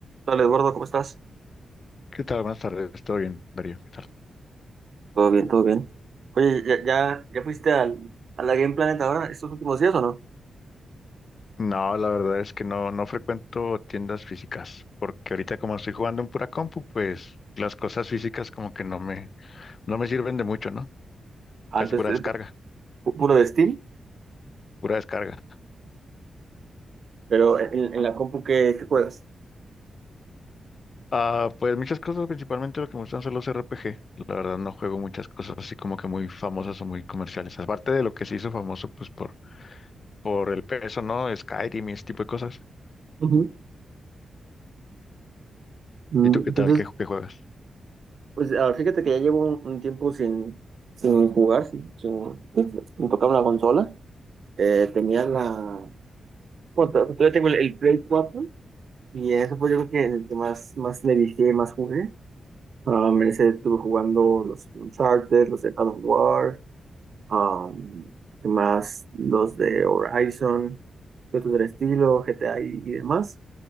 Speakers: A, on the right; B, on the left.
A: Hola Eduardo, ¿cómo estás?
B: ¿Qué tal? Buenas tardes, ¿todo bien, Darío? ¿Qué tal?
A: Todo bien, todo bien. Oye, ¿ya, ya, ya fuiste al, a la Game Planet ahora estos últimos días o no?
B: No, la verdad es que no, no frecuento tiendas físicas, porque ahorita como estoy jugando en pura compu, pues las cosas físicas como que no me, no me sirven de mucho, ¿no?
A: Antes,
B: Casi pura descarga,
A: puro de Steam,
B: pura descarga.
A: pero en, en la compu que, que juegas.
B: Ah, pues muchas cosas, principalmente lo que me gustan son los RPG. La verdad no juego muchas cosas así como que muy famosas o muy comerciales. Aparte de lo que se hizo famoso, pues por, por el peso, ¿no? Skyrim y ese tipo de cosas.
A: Ujú. Mm,
B: ¿Y tú qué
A: Entonces,
B: tal? ¿Qué, qué juegas?
A: pues ahora fíjate que ya llevo un, un tiempo sin, sin jugar, sin, sin- sin tocar una consola. Eh, tenía la... Bueno, to- todavía tengo el, el Play cuatro y eso fue yo creo que el que más, más le dije, más jugué. Ah, me ese estuve jugando los Uncharted, los de God of War. um, ¿qué más los de Horizon, de otros del estilo, GTA y, y demás.